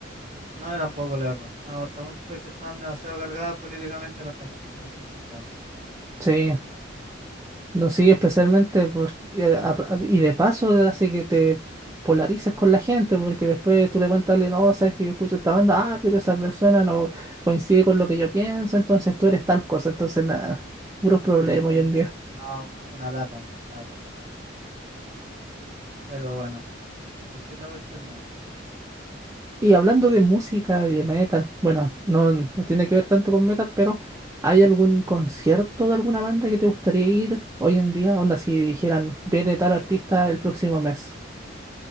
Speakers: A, on the right (about 35°); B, on the right (about 15°).
A: No, yo tampoco, la verdad. No Me gusta mucho lo que están demasiado cargadas políticamente las canciones, la encuentro fome.
B: Sí, no sigue especialmente por- y eh, a- a- y de paso hace que te polarices con la gente, porque después tú le cuentas a alguien, oh, sabes que yo escucho esta banda, ah, pero esa persona no coincide con lo que yo pienso, entonces tú eres tal cosa, entonces nada, puros problemas
A: Sí,
B: hoy en día.
A: no, una lata, la verdad. Pero bueno, así es la cuestión no.
B: Y hablando de música, de metal, bueno, no, no tiene que ver tanto con metal, pero ¿hay algún concierto de alguna banda que te gustaría ir hoy en día? Onda, si dijeran, viene tal artista el próximo mes,